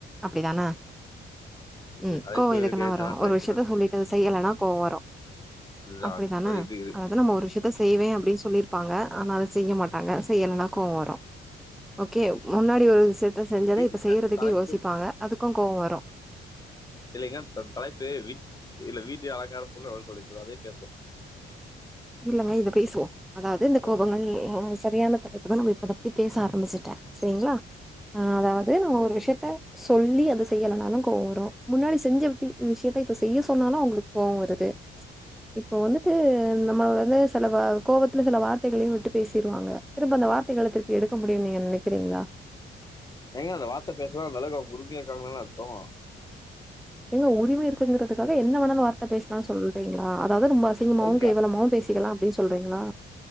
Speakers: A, in the centre; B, on the left.
A: அப்டிதான
B: அது
A: உம்
B: தலைப்பு
A: கோவொ எதுக்குல்லா
B: டேஞ்சரான
A: வரு
B: தலைப்பு
A: ஒரு விஷ்யத்த
B: தான்
A: சொல்லிட்டு செய்யலனா கோவ் வரூ
B: அதுதான்
A: அப்புடிதான
B: அது இது இது
A: அதுல நம்ம ஒரு விஷ்யத்த செய்வே அப்டின் சொல்லி ப்பாங்க ஆனா அத செய்ய மாட்டாங்க செய்யலனா கோவ வரு கே முன்னாடி ஒரு விஷ்யத்த செஞ்சத
B: வீட்டுல
A: இப்ப செய்றதுக்கே
B: தலைப்பு
A: யோசிப்பாங்க அதுக் கு கோவ வரும்
B: இல்லைங்க தன் தலைப்பே வீட் இல்ல வீட்டு அலங்கார போல <unintelligible> அதே பேசுவோ
A: இல்லங்க இத பேசுவோ அதாது இந்த
B: போ-
A: கோபங்கள் <unintelligible> வியானத்த இப்பதா நம்ம‌ இப்பதபத்தி பேச ஆர ம்மிசுட்டே சேரிங்களா ஆ அதாவது நம்ம ஒரு விஷ்யத்த சொல்லி அத செய்யலனாலு கோவ வரு முன்னாடி செஞ்ச வித்து விஷ்யத்த இப்ப செய்ய சொன்னாலு அவுங்களுக் கோவ வருது இப்போ வந்துட்டு நம்ம வந்து செல வ கோவத்துல செல வார்த்தைகளையு விட்டு பேசிருவாங்க திருப்ப அந்த வார்த்தைகள திருப்பி எடுக்க முடியுன் நீங்க நெனைக்கிறீங்களா
B: ஏங்க அந்த வார்த்த பேசுரோ அந்த அளவுக்கு அவுங்க உறுமையா இருக்காங்கதான அர்த்தோ
A: எங்க உரிமை இருக்குங்குறதுக்காக என்ன வெனாலு வார்த்த பேசிக்கிலா சொல்றீங்களா அதாவது ரொம்ப அசிங்கமாவு
B: அதுவும்
A: கேவலமாவு பேசிக்கலா அப்டின் சொல்றீங்ளா